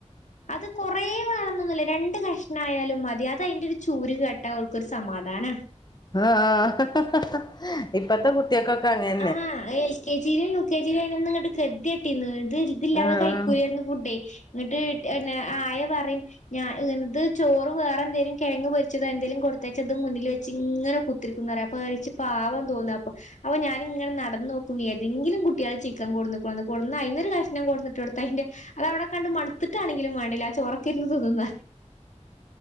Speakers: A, on the left; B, on the left.
A: അത് കൊറേ വേണന്നൊന്നുമില്ല രണ്ട് കഷ്ണം ആയാലും മതി അത് അതിന്റെ ഒരു ചൂര് കേട്ടാ അവൾക്കൊരു സമാധാനാ.
B: ആഹ് ആഹ് ഇപ്പത്തെ കു ട്ടികക്കൊക്കെ അങ്ങ്
A: ആഹ് എൽ കെ ജിയിലും യു കെ ജിയിലും അയിനൊന്നിക്കാട്ട് <unintelligible> ഇ തില്ലാതെ
B: ആഹ്
A: കൈക്കൂലേർനു ഫുഡ് ഇന്നിട്ട് പിന്നെ ആയ പറയും ഞാൻ ഇങ്ങനത് ചോറ് വേറെ എന്തേലും കെഴങ്ങ് പൊരിച്ചതോ എന്തേങ്കിലും കൊടുത്തയച്ചതും മുന്നിൽ വെച്ച് ഇങ്ങനെ കു ത്തിരിക്കും പറയും <unintelligible> പാവം തോന്നും അപ്പോ അപ്പ ഞാനും അങ്ങനെ നടന്ന് നോക്കും ഏതെങ്കിലും കുട്ടികള് ചിക്കൻ കൊണ്ടന്നുക്ക‌ണോന്ന് അതിനൊരു കഷ്ണം കൊണ്ടന്നിട്ട് കൊടുത്താ അതിന്റെ അത് അവിടെ കണ്ട് മടുത്തിട്ടാണെങ്കിലും വേണ്ടില്ല ആ ചോറക്കെ ഇരുന്ന് തിന്നുന്നാ.